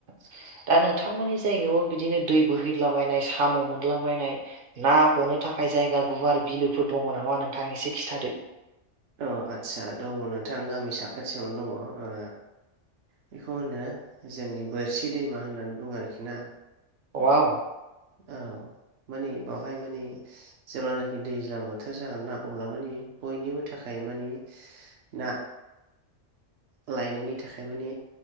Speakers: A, on the right (about 55°); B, on the right (about 75°).
A: <inaudible> दा नोंथांमोननि जायगायावबो बिदिनो दै बोहैलाबायनाय साम' मोनलाबायनाय ना हनो थाखाय जायगा गुवार बिलोफोर दङ नामा नोंथां एसे खिथादो
B: औ आदसा दङ नोंथां गामि साखाथियावनो दङ ओ बेखौ होनो जोंनि बोरसि दैमा होननानै बुङो आरोखि ना
A: वाव
B: औ माने बावहाय माने जेब्लानाखि दैज्लां बोथोर जागोन ना अब्ला माने बयनिबो थाखाय माने ना
A: <inaudible>
B: लायनायनि थाखाय माने